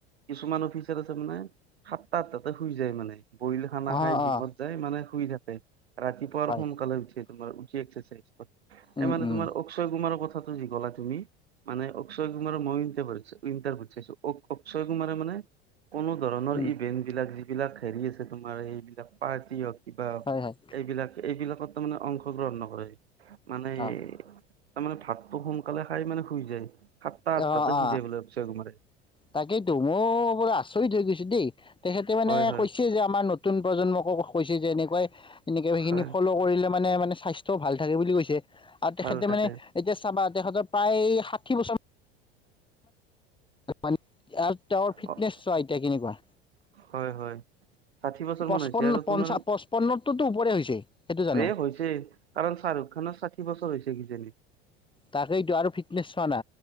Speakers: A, on the right (about 85°); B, on the left (about 15°).
A: কিছুমান অফিচাৰ আছে মানে সাতটা, আঠটাতে শুই যায় মানে। বইল খানা খাই
B: অ',
A: জিমত
B: অ',
A: যাই মানে শুই থাকে। ৰাতিপুৱাৰ
B: হয়।
A: সোনকালে উঠে তোমাৰ। উঠি এক্সাৰচাইজ কৰে।
B: উম,
A: এই মানে
B: উম,
A: তোমাৰ অক্ষয় কুমাৰৰ কথ কথাটো যি কলা তুমি মানে অক্ষয় কুমাৰক মই ইণ্টাৰভাৰত চাই ইণ্টাৰভিউত চাইছোঁ, অ অক্ষয় কুমাৰে মানে কোনো ধৰণৰ
B: উম,
A: ইভেন্ট বিলাক যিবিলাক হেৰি আছে তোমাৰ এইবিলাক পাৰ্টি হওঁক, কিবা হওঁক
B: হয়, হয়,
A: এইবিলাক এইবিলাকত তাৰমানে অংশগ্ৰহণ নকৰে। মানে
B: অ',
A: তাৰমানে ভাতটো সোনকালে খাই মানে শুই যায়। সাতটা, আঠটাতে
B: অ',
A: শুই
B: অ'।
A: যায় বোলে অকচয় কুমাৰে।
B: তাকেইতো। মই ব আচৰিত হৈ গৈছো দেই। তেখেতে মানে
A: হয় হয়
B: কৈছে যে আমাৰ নতুন প্ৰজন্মক কৈছে যে এনেকুৱাই এনেকে সেইখিনি
A: হয়
B: ফ'ল' কৰিলে মানে মানে স্বাস্থ্যও ভাল থাকে বুলি কৈছে। আৰু
A: ভাল
B: তেখেতে
A: থাকে
B: মানে এতিয়া চাবা, তেখেতৰ প্ৰায় ষাঠি বছৰ আৰু তেওঁৰ ফিটনেছ
A: অ
B: চোৱা এতিয়া কেনেকুৱা।
A: হয় হয় ষাঠি বছৰ
B: পঁচপন্ন
A: মান হৈছে আৰু।
B: পঞ্চা
A: তোমাৰ
B: পঁচপন্নতোতো ওপৰে হৈছে সেইটো জানো
A: এ হৈছে কাৰণ শ্বাহৰুখ খানৰ ষাঠি বছৰ হৈছে কিজানি।
B: তাকেইটো আৰু ফিটনেছ চোৱা না।